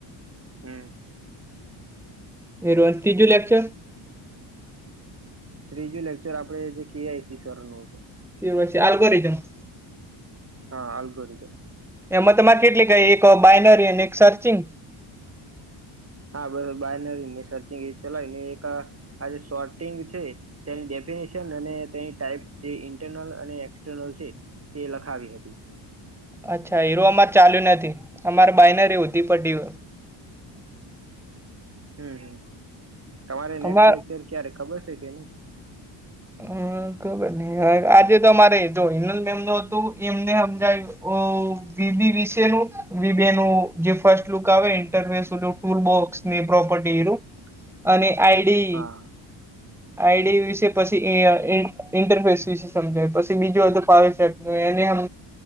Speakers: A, on the right; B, in the centre.
A: હમમ.
B: એ રોજ ત્રીજું લેક્ચર
A: ત્રીજું લેક્ચર આપડે જે કેઆઈસી સરનો હતો
B: એ હોય છે. <unintelligible>
A: હા <unintelligible>
B: એમાં તમારે કેટલી કંઈ એક બાાયનરી અને એક સર્ચિંગ,
A: હા બસ બાયનરી ને સર્ચિંગ ચલાવીને એક આજે શોર્ટિંગ છે, તેની ડેફિનેશન અને તેની ટાઈપ્સ જે ઇન્ટરનલ અને એક્સટર્નલ છે, તે લખાવી હતી,
B: અચ્છા હીરો અમારે ચાલ્યું નથી, અમારે બાયનરવી ઊંધી પટી
A: હું હું તમારે નેક્સ્ટ
B: અમાર
A: લેક્ચર ક્યારે ખબર છે, કે નઈ?
B: હું ખબર નઈ આજે તોરે જો હિનલ મેમનો હતું એમને સમજાવ્યું, ઓ વી વિશે નો વેબ નેજે ફર્સ્ટલુક આવે ઇન્ટર <unintelligible> ટૂલ બોક્સની પ્રોપર્ટીરુ,
A: <unintelligible> <inaudible>
B: અને આઈડી
A: હા
B: આઈડી વિશે પછી એ એ ઇન્ટરફેસ વિશે સમજાય પછી બીજુ બધું <unintelligible> એને આમ,